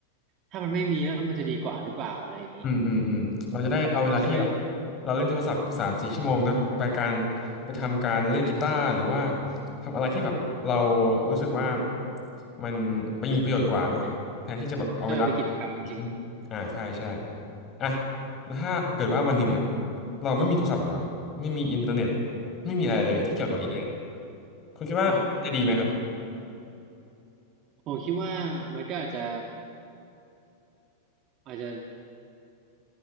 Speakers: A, on the right; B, on the left.
A: ถ้ามันไม่มีแล้วมันจะดีกว่าหรือเปล่าอะไรอย่างนี้
B: อืมอืมอืมเราจะได้เอาเวลาที่แบบ
A: ใช่ไหม
B: เราเล่นโทรศัพท์สามสี่ชั่วโมงนะไปการไปทำการเล่นกีตาร์หรือว่าทำอะไรที่แบบเรารู้สึกว่ามันไปมีประโยชน์กว่าเนาะแทนที่จะแบบเอาเวลา
A: เป็นใช่เป็นกิจกรรมจริง
B: ทิ้งอ่าใช่ใช่อ่ะแล้วถ้าเกิดว่าวันหนึ่งเนี่ยเราไม่มีโทรศัพท์หรอกครับไม่มีอินเทอร์เน็ตไม่มีอะไรเลยที่เกี่ยวกับอินเทอร์เน็ต
A: ๆอืม
B: คุณคิดว่าจะดีไหมครับ
A: ครับผมผมคิดว่ามันก็อาจจะอาจจะ